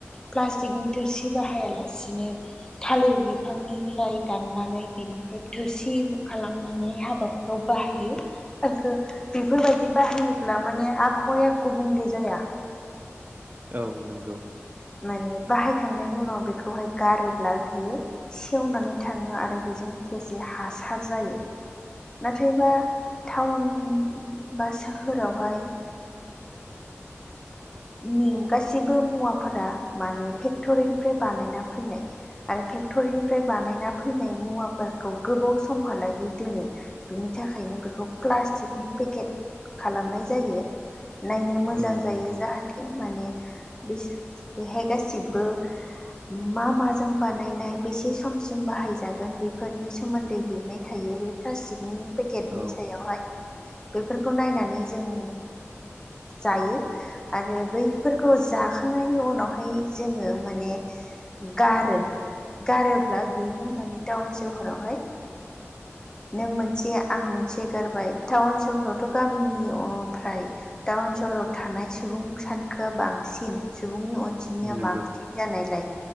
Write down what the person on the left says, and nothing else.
प्लास्टिकनि थोरसि बाहायालासिनो थालिर बिफांनिफ्राय दाननानै बिनिफ्राय थोरसि उनु खालामनानै हाबाफोर बाहायो। बेफोरबायदि बाहायोब्ला माने आ- आबहावाया गुबुंले जाया।
माने बाहायखांनायनि उनाव बेखौहाय गारोब्ला बियो सेवनानै थाङो आरो बेजों लोगोसे हासार जायो। नाथायबा टाउन बा सोहोरावहाय नि गासिबो मुवाफोरा माने फेक्टरिनिफ्राय बानायना फैनाय आरो फेक्टरिनिफ्राय बानायना फैनाय मुवाफोरखौ गोबाव समहालागै दोनो बिनि थाखायनो बेखौ प्लास्टिकनि पेकेट खालामनाय जायो। नायनो मोजां
जायो
जाहाथे माने बेहाय गासिबो मा माजों बानायनाय बेसे समसिम बाहायजागोन बेफोरनि सोमोन्दै लिरनाय थायो बे- प्लास्टिकनि पेकेटनि
सायावहाय बेफोरखौ नायनानै जों जायो। आरो बैफोरखौ जाखांनायनि उनावहाय जोंङो माने गारो गारोब्ला बेनो माने टाउन सहरावहाय नों मोनसे आं मोनसे गारबाय टाउन सहरावथ' गामिनि अ फ्राय टाउन सहराव थानाय सुबुं सानखोआ बांसिन सुबुंनि अनजिमाया
बांसिन जानायलाय